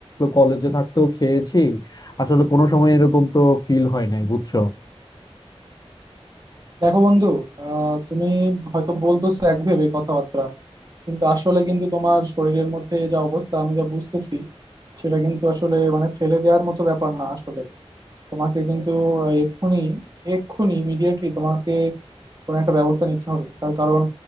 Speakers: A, on the left; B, on the right.
A: কলেজে থাকতেও খেয়েছি আসলে কোনো সময় এরকম তো ফিল হয় নাই বুঝছো
B: দেখো বন্ধু আহ তুমি হয়তো বলতেছো এক ভেবে কথাবার্তা কিন্তু আসলে কিন্তু তোমার শরীরের মধ্যে যা অবস্থা আমি যা বুঝতেছি সেটা কিন্তু আসলে মানে ফেলে দেওয়ার মতো ব্যাপার না আসলে তোমাকে কিন্তু আহ, এক্ষুনি এক্ষুনি ইমিডিয়েটলি তোমাকে কোনো একটা ব্যবস্থা নিতে হবে তার কারণ